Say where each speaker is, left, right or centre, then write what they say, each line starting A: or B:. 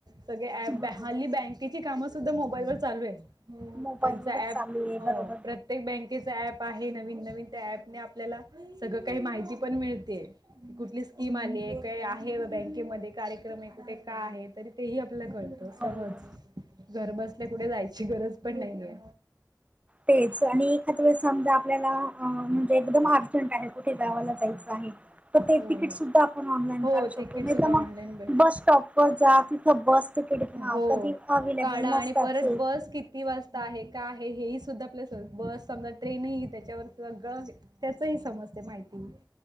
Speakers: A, on the right (about 65°); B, on the right (about 20°).
A: सगळे अँप
B: बरोबर
A: हल्ली बँकेची कामं सुद्धा मोबाईल वर चालू आहेत. हो
B: मोबाईलवरच
A: त्यांचा ऍप
B: चालू आहे बरोबर
A: हो प्रत्येक बँक. ते जे ऍप आहे नवीन नवीन त्या ऍपणे आपल्याला सगळं काही माहिती पण मिळते. कुठली स्कीम आली आहे काय आहे बँकेमध्ये कार्यक्रम आहे कुठे का आहे तरी. तेही आपल्या कळतं
B: बरोबर
A: सहज घर बसल्या कुठे जायची गरज पण नाहीये.
B: तेच आणि एखाद वेळेस समजा आपल्याला म्हणजे अ एकदम अर्जंट आहे कुठे जावाला जायचं आहे. तर ते
A: हो
B: तिकीट
A: हो
B: सुद्धा आपण ऑनलाईन काढू
A: हो
B: शकतो
A: तिकीट
B: नाही
A: सुद्धा
B: तर
A: ऑनलाईन
B: मग
A: भेट
B: बस स्टॉप वर जा तिथं बस. तिकिड हा
A: हो
B: कधी अवेलेबल
A: काढा आणि
B: नसतच.
A: परत बस किती वाजता. ता आहे का आहे हे ह सुद्धा प्लेस बस समजा ट्रेनही त्याच्यावर सगळं आहे. त्याच ही समजते माहिती